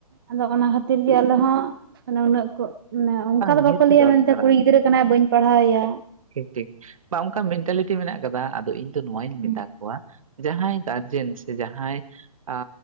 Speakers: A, on the right; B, on the right.
A: ᱟᱫᱚ ᱚᱱᱟ ᱠᱷᱟᱛᱤᱨ ᱜᱮ ᱟᱞᱮ ᱦᱚᱸ ᱩᱱᱟᱹᱜ ᱠᱚ ᱢᱟᱱᱮ ᱚᱱᱠᱟ
B: ᱵᱟᱝ
A: ᱫᱚ
B: ᱱᱤᱦᱟᱹᱛ
A: ᱵᱟᱠᱚ
B: ᱜᱮ
A: ᱞᱟᱹᱭᱟ
B: ᱫᱚᱨᱠᱟᱨᱟ
A: ᱢᱮᱱᱛᱮ ᱠᱩᱲᱤ ᱜᱤᱫᱽᱨᱟᱹ
B: ᱱᱤᱭᱟᱹ
A: ᱠᱟᱱᱟᱭ ᱵᱟᱹᱧ ᱯᱟᱲᱦᱟᱣᱮᱭᱟ,
B: ᱴᱷᱤᱠ ᱴᱷᱤᱠ ᱵᱟ ᱚᱱᱠᱟ ᱢᱮᱱᱴᱟᱞᱤᱴᱤ ᱢᱮᱱᱟᱜ ᱠᱟᱫᱟ ᱟᱫᱚ ᱤᱧ ᱫᱚ ᱱᱚᱣᱟᱧ ᱢᱮᱛᱟ
A: ᱦᱩᱸ
B: ᱠᱚᱣᱟ, ᱡᱟᱦᱟᱸᱭ ᱜᱟᱨᱡᱮᱱ ᱥᱮ ᱡᱟᱦᱟᱸᱭ ᱟᱻ